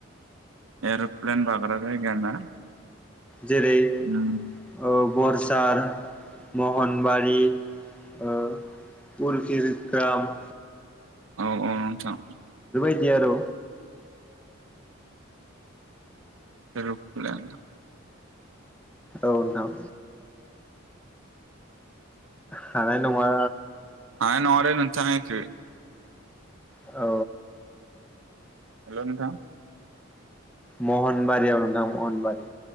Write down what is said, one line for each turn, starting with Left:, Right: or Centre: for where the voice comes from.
Right: एर'प्लेन बाग्रा जायगाया ना?
Centre: जेरै
Right: उम
Centre: ओ बरसार, महनबारि ओ उर्किजुकाम
Right: औ औ नोंथां।
Centre: दि आरौ
Right: एरु'फ्लेन
Centre: औ नोंथां। हानाय नंङा
Right: हानाय नंङा दै नोंथां एखौ
Centre: औ।
Right: हेलौ नोंथां।
Centre: महनबारियाव नोंथां महनबारि।